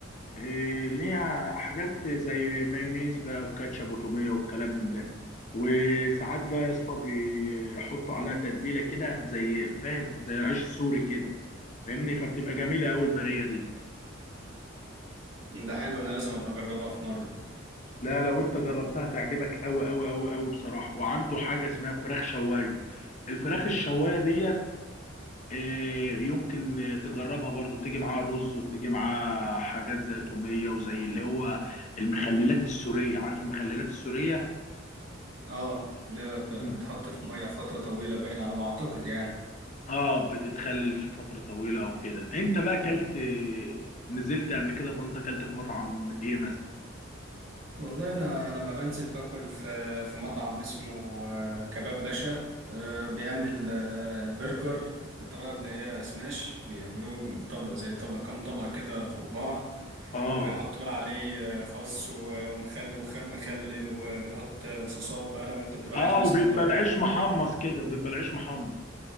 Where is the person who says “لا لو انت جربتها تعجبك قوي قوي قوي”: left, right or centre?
Left